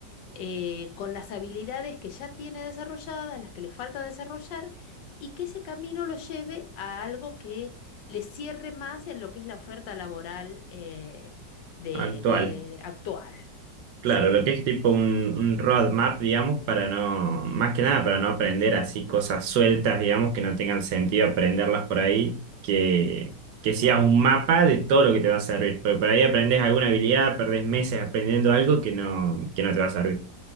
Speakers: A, on the left; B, on the right.
A: eh, con las habilidades que ya tiene desarrolladas, las que le falta desarrollar, y que ese camino lo lleve a algo que le cierre más en lo que es la oferta laboral eh, de,
B: actual.
A: de actual.
B: Claro,
A: Sí.
B: lo que es tipo un, un roadmap, digamos, para no, más que nada para no aprender así cosas sueltas, digamos, que no tengan sentido aprenderlas por ahí, que, que sea un mapa de todo lo que te va a servir, porque por ahí aprendes alguna habilidad, perdés meses aprendiendo algo que no, que no te va a servir.